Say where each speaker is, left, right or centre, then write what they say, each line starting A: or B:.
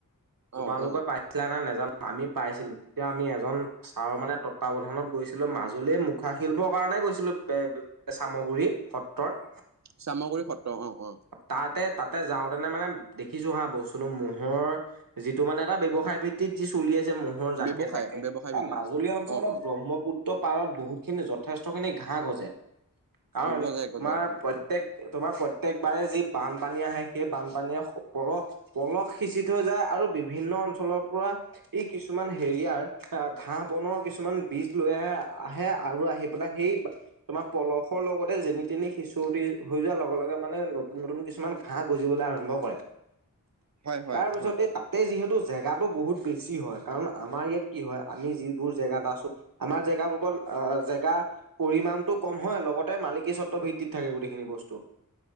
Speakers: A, on the right; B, on the right.
A: তোমালোকৰ
B: অ', অ',
A: পাইছিলা নে নোজানো আমি পাইছিলো তেতিয়া আমি এজন। ছাৰ মানে তত্বাৱধানত গৈছিলো মাজুলীয়ে মুখা শিলিবৰ কাৰণে গৈছিলো বে চামগুৰি সত্ৰৰ।
B: চামগুৰি সত্ৰ অঁ' অঁ'।
A: তাতে তাতে যাওঁতেনে মানে দেখিছো হা বস্তুটো মহৰ। যিটো মানে এটা ব্যৱসায় ভিত্তিত যি চলি আছে ম হৰ জাকে
B: ব্যৱসায়
A: জাকে
B: ব্যৱসায় ভিত্তিটো
A: মাজুলী অঞ্চলত
B: অ', অ',
A: ব্ৰহ্ম পুত্ৰ পাৰত বহুতখিনি যথেষ্টখিনি ঘাঁহ গজে কাৰণ
B: গজাই গজাই
A: আমাৰ
B: হয়,
A: প্ৰত্যেক তোমাৰ প্ৰত্যেকবাৰেই যি বানপানী আহে সেই বানপানীয়ে পলশ পলস সিঁচি থৈ যায় আৰু বিভিন্ন অঞ্চলৰ পৰা। ই কিছুমান হেৰিয়াৰ ঘাঁহ বনৰ কিছুমান বীজ লৈ আহে আহে আৰু আহি সেই তোমাৰ পলসৰ লগতে যেনি তেনি সিচুৱটি হৈ যোৱা লগে লগে মানে নতুন নতুন কিছুমান ঘাঁহ গজিবলৈ আৰম্ভ কৰে
B: হয়, হয়,
A: তাৰ পিছতে
B: হয়,
A: তাতে যিহেতু জেগাটো বহুত বেছি হয় কাৰণ আমাৰ ইয়াত কি হয় আমি যিবোৰ জেগাত আছো। আমাৰ জেগাসকল আহ জেগা। পৰিমাণতটো কম হয় লগতে মালিকী স্বত্বৰ ভিত্তিত থাকে গোটেইখিনি বস্তু।